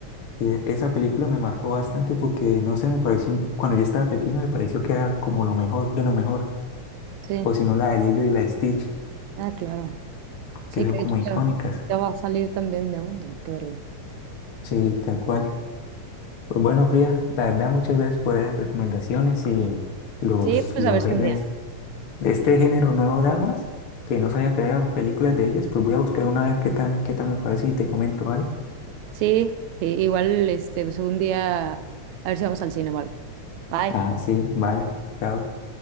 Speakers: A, on the left; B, on the right.
A: Y e- esa película me marcó bastante porque, no sé, me pareció, un- cuando yo estaba pequeño me pareció que era como lo mejor de lo mejor,
B: Sí,
A: o si no la de Lilo y la Stitch,
B: ah, claro. Sí,
A: que son
B: que
A: como
B: de hecho
A: icónicas.
B: ya, ya va a salir también, ¿no? Hay que verlo.
A: Sí, tal cual. Pues bueno, Frida, la verdad, muchas gracias por esas recomendaciones y los,
B: Sí, pues
A: los
B: a ver si
A: géneros
B: un día.
A: de este género nuevo damas, que no sabía que había películas de ellas, pues voy a buscar una a ver qué tal, qué tal me parece y te comento, ¿vale?
B: Sí, sí, igual, este, pues un día, a ver si vamos al cine, Marco. Bye.
A: Ah, sí, vale. Chao.